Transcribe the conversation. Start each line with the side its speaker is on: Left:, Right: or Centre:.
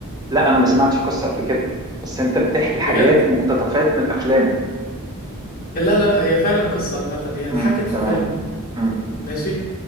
Right: لا أنا ما سمعتش قصة قبل كده بس أنت بتحكي حاجات
Left: بجد؟
Right: مقتطفات من أفلام
Left: لا لا هي فعلا قصة عامة هي اتحكت
Right: م،
Left: في
Right: تمام
Left: فيلم
Right: م-
Left: ماشي